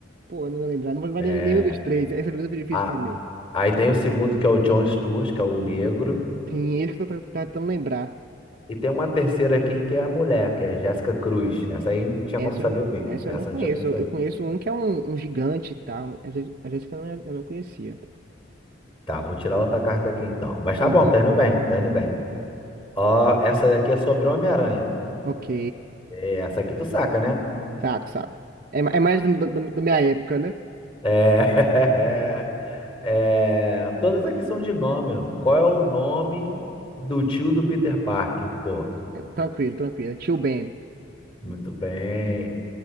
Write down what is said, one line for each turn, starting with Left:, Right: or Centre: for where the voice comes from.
Right: Pô, eu não vou lembrar. Não vou lembrar
Left: É,
Right: nem- nenhum dos três. Essa pergunta foi difícil
Left: a,
Right: pra mim.
Left: aí tem o segundo, que é o John Stewart, que é o negro.
Right: Sim, esse que eu tô tô tentando lembrar.
Left: E tem uma terceira aqui, que é a mulher, que é Jéssica Cruz. Essa aí não tinha
Right: Essa
Left: como saber
Right: eu não,
Left: mesmo.
Right: essa
Left: Essa
Right: eu não conheço.
Left: não tinha como
Right: Eu,
Left: saber.
Right: eu conheço um que é um, um gigante e tal. Às vezes, às vezes que eu não, eu não conhecia.
Left: Tá, vou tirar outra carta aqui então. Mas tá
Right: Vambora.
Left: bom, tá indo bem, tá indo bem. Ó, essa aqui é sobre o Homem-Aranha.
Right: Ok.
Left: É, Essa aqui tu saca, né?
Right: Saco, saco. É, ma- é mais do- do- do- da minha época, né?
Left: É... <laughs> É, toda essa questão de nome, ó. Qual é o nome do tio do Peter Parker? Pô,
Right: É, tranquilo, tranquilo. É Tio Ben.
Left: muito bem.